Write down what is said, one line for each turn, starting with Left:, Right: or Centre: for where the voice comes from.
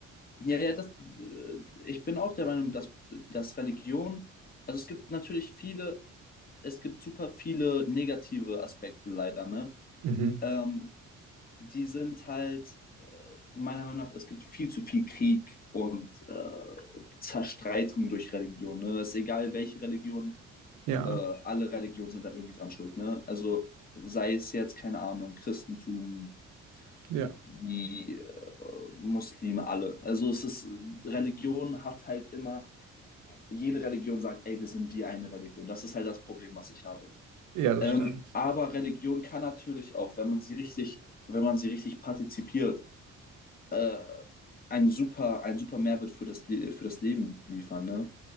Left: Ja, ja, das, äh, ich bin auch der Meinung, dass, dass Religion, also es gibt natürlich viele, es gibt super viele negative Aspekte leider, ne?
Right: Mhm.
Left: Ähm, die sind halt, äh, meiner Meinung nach, es gibt viel zu viel Krieg und äh, Zerstreitung durch Religion, ne? Es ist egal, welche Religion,
Right: Ja,
Left: äh, alle Religionen sind da irgendwie dran schuld, ne? Also sei es jetzt, keine Ahnung, Christentum,
Right: ja,
Left: die äh, Muslime alle. Also es ist, Religion hat halt immer, jede Religion sagt, ey, wir sind die eine Religion. Das ist halt das Problem, was ich habe.
Right: ja, das
Left: Ähm,
Right: stimmt.
Left: aber Religion kann natürlich auch, wenn man sie richtig, wenn man sie richtig partizipiert, äh, einen super, einen super Mehrwert für das, für das Leben liefern, ne?